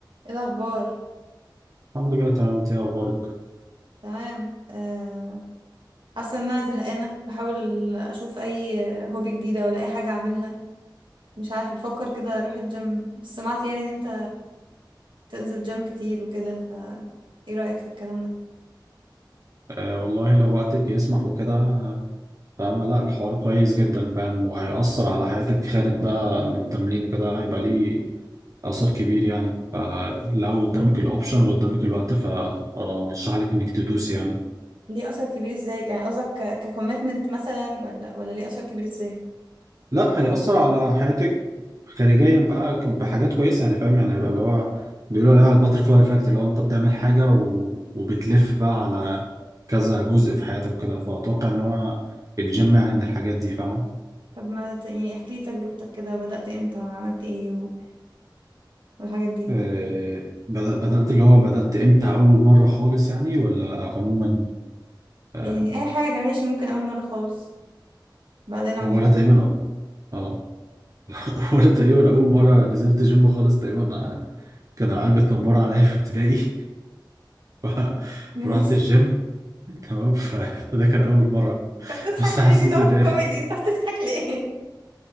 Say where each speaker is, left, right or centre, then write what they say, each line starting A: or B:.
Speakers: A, on the right (about 90°); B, on the right (about 45°).
A: ايه الاخبار
B: الحمد لله تمام انت ايه اخبارك
A: تمام آه، حاسه ان انا زهقانه بحاول اشوف اي هوبي جديده ولا اي حاجه اعملها مش عارفه بفكر كده اروح الجيم بس سمعت يعني ان انت تنزل جيم كتير وكده ف ايه رايك في الكلام ده
B: آه والله لو وقتك يسمح وكده آه، فاهمة لا الحوار كويس جدا فاهم وهيأثر على حياتك خارج بقى التمرين وكده هيبقى ليه أثر كبير يعني فلو قدامك الأوبشن وقدامك الوقت فأرشح لك إنك تدوس يعني
A: ليه اثر كبير ازاي يعني قصدك ككوميتمنت مثلا ولا ولا ليه اثر كبير ازاي
B: لا هيأثر على حياتك خارجيا بقى ك- بحاجات كويسة يعني فاهم يعني هيبقى اللي هو بيقولوا عليها الباترفلاي افكت اللي هو انت بتعمل حاجة و... وبتلف بقى على كذا جزء في حياتك وكده فأتوقع إن هو الجيم يعني من الحاجات دي فاهمة
A: طب ما ت... يعني احكي لي تجربتك كده بدأت امتى وعملت ايه و... والحاجات دي
B: آه، بدأ- بدأت اللي هو بدأت امتى أول مرة خالص يعني ولا عموما آه،
A: يعني اي حاجه ماشي ممكن اول مره خالص بعدين عموما
B: ولا تقريبا اه <laughs> ولا تقريبا أول مرة نزلت جيم خالص تقريبا آه، كان العيال بتنمر عليا في ابتدائي <laughs> ف-
A: <laughs> ماشي
B: فرحت الجيم تمام ف- فده كان أول مرة
A: انت بتضحك
B: بس
A: ليه
B: حاسس
A: دي دارك
B: إن
A: كوميدي
B: هي
A: انت بتضحك ليه